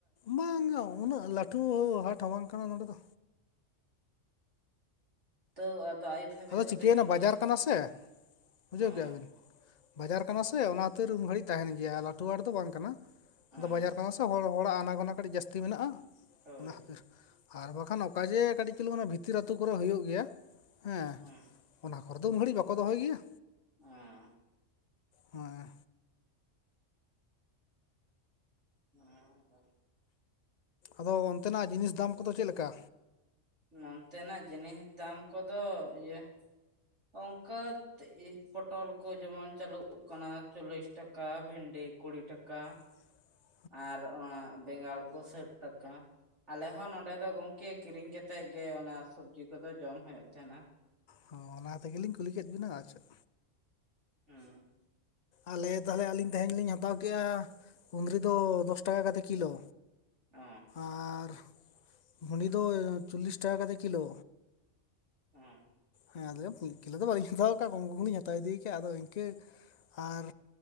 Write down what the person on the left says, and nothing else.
ᱵᱟᱝ-ᱟ ᱩᱱᱟᱹᱜ ᱞᱟᱴᱷᱩ ᱦᱟᱴ ᱦᱚᱸ ᱵᱟᱝ ᱠᱟᱱᱟ ᱱᱚᱸᱰᱮ ᱫᱚ᱾
ᱟᱫᱚ
ᱪᱤᱠᱟᱹᱭᱱᱟ
ᱵᱟᱡᱟᱨ
ᱠᱟᱱᱟ ᱥᱮ ᱵᱩᱡᱷᱟᱹᱣ
ᱠᱮᱜᱼᱟ ᱵᱤᱱ᱾ ᱵᱟᱡᱟᱨ ᱠᱟᱱᱟ ᱥᱮ ᱚᱱᱟ ᱠᱷᱟᱛᱤᱨ ᱩᱱ ᱜᱷᱟᱹᱲᱤᱡ ᱛᱟᱦᱮᱱ ᱜᱮᱭᱟ ᱞᱟᱴᱩ ᱦᱟᱴ ᱫᱚ ᱵᱟᱝ ᱠᱟᱱᱟ ᱟᱫᱚ
ᱵᱟᱡᱟᱨ ᱠᱟᱱᱟ ᱥᱮ ᱦᱚᱲ ᱦᱚᱲᱟᱜ ᱟᱱᱟ ᱜᱚᱱᱟ ᱠᱟᱹᱴᱤᱡ ᱡᱟᱹᱥᱛᱤ ᱢᱮᱱᱟᱜᱼᱟ
ᱚᱱᱟ ᱠᱷᱟᱛᱤᱨ᱾ ᱟᱨ ᱵᱟᱠᱷᱟᱱ ᱚᱠᱟ ᱡᱮ ᱠᱟᱴᱤᱡ ᱪᱩᱞᱩᱝ ᱚᱱᱮ ᱵᱷᱤᱛᱤᱨ ᱟᱛᱩ ᱠᱚᱨᱮ ᱦᱳᱭᱳᱜ ᱜᱮᱭᱟ ᱦᱮᱸ᱾
ᱚᱱᱟ ᱠᱚᱨᱮ ᱫᱚ ᱩᱱ ᱜᱷᱟᱲᱤᱡ ᱵᱟᱠᱚ ᱫᱚᱦᱚᱭ ᱜᱮᱭᱟ᱾
ᱦᱚᱸᱜ-ᱮᱻ᱾
ᱟᱫᱚ ᱚᱱᱛᱮᱱᱟᱜ ᱡᱤᱱᱤᱥ ᱫᱟᱢ ᱠᱚᱫᱚ ᱪᱮᱜ ᱞᱮᱠᱟ?
<inaudible>
ᱦᱚᱸ ᱚᱱᱟ ᱛᱮᱜᱮᱞᱤᱧ ᱠᱩᱞᱤ ᱠᱮᱫ ᱵᱤᱱᱟ ᱟᱨᱪᱮᱫ᱾
ᱟᱞᱮ ᱛᱟᱦᱞᱮ ᱟᱹᱞᱤᱧ ᱛᱮᱦᱤᱧ ᱞᱤᱧ ᱦᱟᱛᱟᱣ ᱠᱮᱜᱼᱟ ᱠᱩᱸᱫᱽᱨᱤ ᱫᱚ ᱫᱚᱥ ᱴᱟᱠᱟ ᱠᱟᱛᱮ ᱠᱤᱞᱳ᱾
ᱟᱨ ᱵᱷᱩᱸᱰᱤ ᱫᱚ ᱪᱚᱞᱞᱤᱥ ᱴᱟᱠᱟ ᱠᱟᱛᱮ ᱠᱤᱞᱳ᱾
ᱦᱮᱸ ᱟᱫᱚ ᱢᱤᱫ ᱠᱤᱞᱳ ᱫᱚ ᱵᱟᱹᱞᱤᱧ ᱦᱟᱛᱟᱣ ᱠᱟᱜᱼᱟ ᱠᱚᱢ ᱠᱚᱢ ᱞᱤᱧ ᱦᱟᱛᱟᱣ ᱤᱫᱤᱭ ᱠᱟᱜᱼᱟ ᱟᱫᱚ ᱤᱱᱠᱟᱹ ᱟᱨ